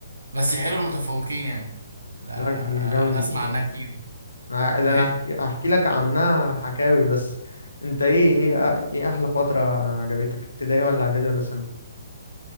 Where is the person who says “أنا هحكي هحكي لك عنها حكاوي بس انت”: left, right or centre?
Left